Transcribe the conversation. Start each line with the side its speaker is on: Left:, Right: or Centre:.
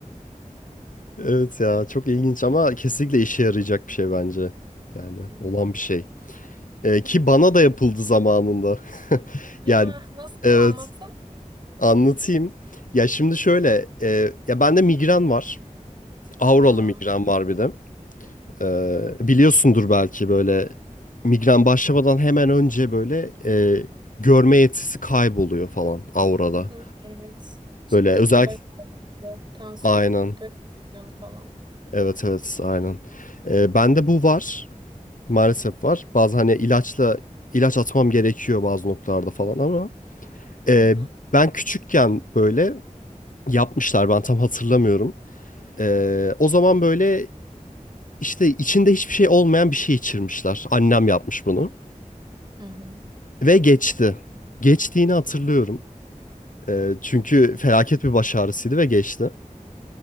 Left: Evet ya çok ilginç ama kesinlikle işe yarayacak bir şey bence. Yani
Right: Hmm.
Left: olan bir şey. Ee, ki bana da yapıldı zamanında. <laughs>
Right: Ya
Left: Yani
Right: nasıl
Left: evet
Right: anlatsana?
Left: anlatayım. Ya şimdi şöyle e, ya bende migren var. Auralı
Right: Ya.
Left: migren var bir de. Ee, biliyorsundur belki böyle migren başlamadan hemen önce böyle e, görme yetisi kayboluyor falan aurada.
Right: Hı hı, Evet. Şiddetli
Left: Böyle özel
Right: baş ağrısı, tansiyon,
Left: aynen.
Right: göğüs tansiyonu falan.
Left: Evet evet aynen. Ee, bende bu var. Maalesef var. Bazı hani ilaçla ilaç atmam gerekiyor bazı noktalarda falan ama e,
Right: Hı hı.
Left: ben küçükken böyle yapmışlar ben tam hatırlamıyorum. Ee, o zaman böyle işte içinde hiçbir şey olmayan bir şey içirmişler. Annem yapmış bunu.
Right: Hı hı.
Left: Ve geçti. Geçtiğini hatırlıyorum. Ee, çünkü felaket bir baş ağrısıydı ve geçti.